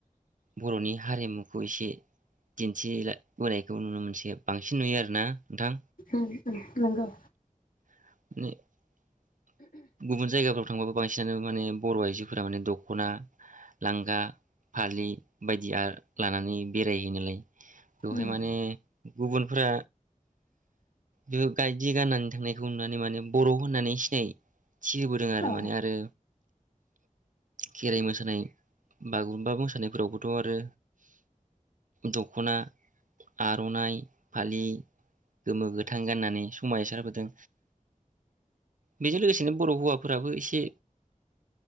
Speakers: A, on the right; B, on the left.
A: बरनि हारिमुखौ एसे दिन्थिबोनायखौ नुनो मोनसे बांसिन नुयो आरो ना नोंथां
B: उम उम नंगौ
A: <unintelligible> गुबुन जायगाफ्राव थांबाबो बांसिनानो माने बर‌' आइजोफोरा माने दखना लांगा फालि बायदिया लानानै बेरायहैयोनालाय दहाय
B: ओम
A: माने गुबुनफोरा बे गायदि गाननानै थांनायखौ नुनानै माने बर' होननानै सिनाय थि होबोदों आरो
B: औ
A: माने आरो खेराइ मोसानाय बागुरुम्बा मोसानायफोरावबोथ आरो दखना आरनाइ फालि गोमो गोथां गाननानै समाय सारबोदों बेजों लोगोसेनो बर हौवाफोराबो एसे